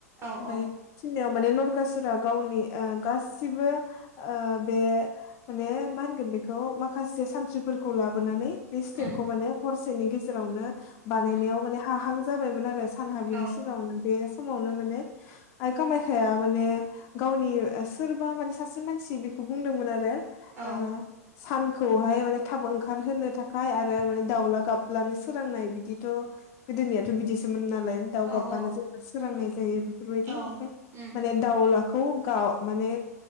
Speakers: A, on the right; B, on the left.
A: औ
B: लिंनायाव
A: औ
B: आमबारि नरखा सुरा गावनि गासिबो बे माने मा होनगोन बेखौ माखासे सानथ्रिफोरखौ लाबोनानै बे स्टेपखौ
A: उम
B: माने हरसेनि गेजे रावनो बानायनायाव
A: उम
B: माने हाहां जाबायमोन आरो। सानहा बिनि
A: औ
B: सिगाङावनो बे समावनो माने आइ कामाखखाया माने गावनि सोरबा माने सासे मानसि बेखौ बुंदोंमोन आरो
A: औ
B: ओ सानखौहाय माने थाब ओंखारहोनो थाखाय आरो माने दाउला गाब्लानो सोरांनाय बिदिथ' गोदोनियाथ' बिदिसोमोन ना लाय दाव
A: औ
B: गाबबानो
A: औ
B: जे सोरांनाय जायो बेफोर बायदि
A: औ
B: ओमफ्राय
A: उम
B: माने दावला खौ गाव माने